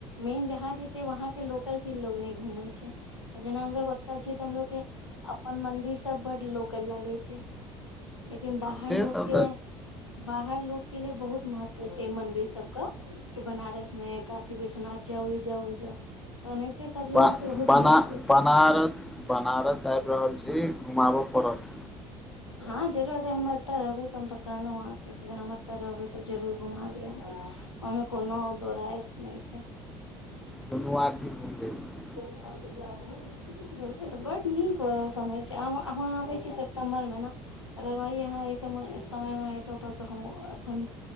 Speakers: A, on the left; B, in the centre.
A: मेन जहाँ के छै वहाँ के लोक लोकल चीज लोग नै घूमै छै आ जेना हम ओ तऽ छी तऽ हमलोग के अपन मंदिर सब बड लोकल लागे छै। लेकिन बाहर
B: से
A: लोक
B: सब
A: के बाहर लोक के लिए बहुत महत्व छै मंदिर सब कऽ कि बनारस मे काशी विश्वनाथ जाउ, ई जाउ, उ जाउ तऽ ओनाहिते सब जगह
B: ब
A: के बहुत
B: बना
A: महत्व छै।
B: बनारस बनारस आएब रहल छी, घुमाबै पड़त।
A: हां जरूर अगर हम एतऽ रहबै त हम तऽ कहलौ अहाँके की हमर तऽ रहबै तब जरूर घुमायबय आहाँके ओय में कोनो दौराय नै छै।
B: दुनू आदमी घुमबै से।
A: <unintelligible> एठा बड नीक वाला समय छै, आब आहाँ आबै छी ऐना अदरवाइज आहाँ ऐ समय समय मे एतौ तब तऽ हम एखन